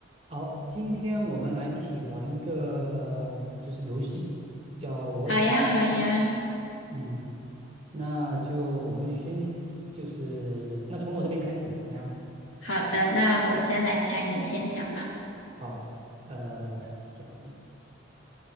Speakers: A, on the right (about 30°); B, on the left (about 85°).
A: 好，今天我们来一起玩一个就是游戏，叫我想，
B: 好呀，好呀，
A: 嗯，那就我们先就是那从我这边开始怎么样？
B: 好的，那我先来猜，你先想吧。
A: 好，呃，想